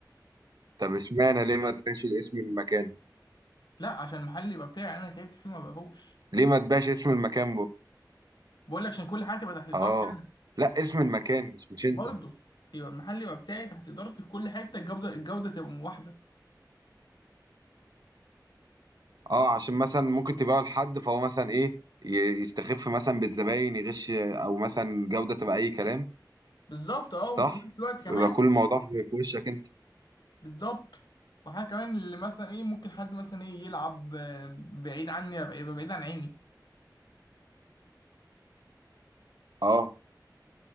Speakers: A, on the right; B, on the left.
A: طب اشمعنى ليه ما تبيعش اسم المكان
B: لا عشان المحل يبقى بتاعي انا تعبت فيه ما بقهوش
A: ليه ما تبيعش اسم المكان
B: بقول لك عشان كل حاجه تبقى تحت ادارتي
A: اه
B: انا
A: لا اسم المكان مش مش انت
B: برضه يبقى المحل يبقى بتاعي تحت ادارتي في كل حته الجوده الجوده تبقى واحده
A: اه عشان مثلا ممكن تبيعه لحد فهو مثلا ايه ي- يستخف مثلا بالزباين يغش او مثلا جودة تبقى اي كلام
B: بالظبط اه وفي
A: صح
B: نفس الوقت كمان
A: يبقى كل الموضوع في في وشك انت
B: بالظبط وحاجة كمان اللي مثلا ايه ممكن حد مثلا ايه يلعب آه، بعيد عني يبقى يبقى بعيد عن عيني
A: اه